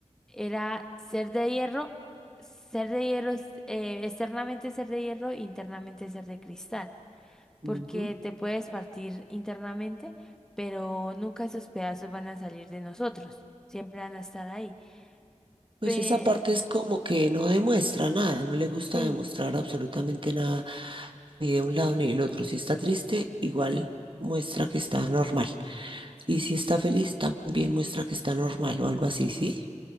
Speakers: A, in the centre; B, on the right.
A: era ser de hierro, ser de hierro, es- eh, externamente ser de hierro, e internamente ser de cristal,
B: Ujú.
A: porque te puedes partir internamente, pero nunca esos pedazos van a salir de nosotros, siempre van a estar ahí.
B: Pues
A: Pe-
B: esa parte es como que no demuestra nada, no le gusta
A: sí,
B: demostrar absolutamente nada, ni de un lado ni del otro. Si está triste, igual muestra que está normal. Y
A: sí.
B: si está feliz, también muestra que está normal o algo así, ¿sí?